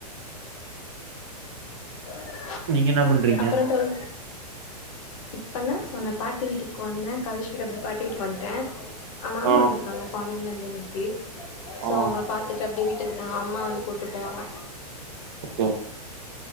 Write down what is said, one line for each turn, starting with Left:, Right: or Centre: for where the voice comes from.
Left: <inaudible> <inaudible>
Right: நீங்கென்னா பண்றீங்க
Left: கரெண்டால இப்பதா சொன்ன பாட்டி வீட்டுக்கு வந்தே காலேஜ் விட் அப்டே பாட்டி வீட்டுக்கு வன்ட்டே மாமா
Right: ஆ
Left: வந்துருக்காங்க ஃபாரின்லந்து இன்னைக்கு சோ
Right: ஆ
Left: அவுங்கள பாத்துட்டு அப்டியே வீட்டுக்கு ஆ அம்மா வந்து கூட்டு போவாங்க
Right: ஓகே